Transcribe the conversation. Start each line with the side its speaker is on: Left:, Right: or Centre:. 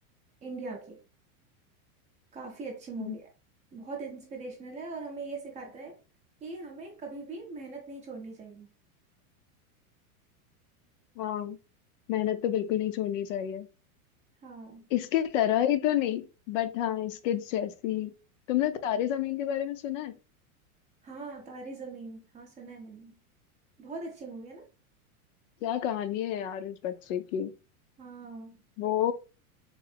Right: इंडिया की काफी अच्छी मूवी
Left: हम्म,
Right: है बहुत इंस्पिरेशनल है और हमें ये सिखाता है कि हमें कभी भी मेहनत नहीं छोड़नी चाहिए
Left: हाँ मेहनत तो बिल्कुल नहीं छोड़नी चाहिए
Right: हाँ
Left: इसके तरह ही तो नहीं बट हाँ इसके जैसी तुमने तारे जमीन के बारे में सुना है
Right: हाँ तारे जमीन हाँ सुना है मैंने बहुत अच्छी मूवी है ना
Left: क्या कहानी है यार उस बच्चे की
Right: हाँ
Left: वो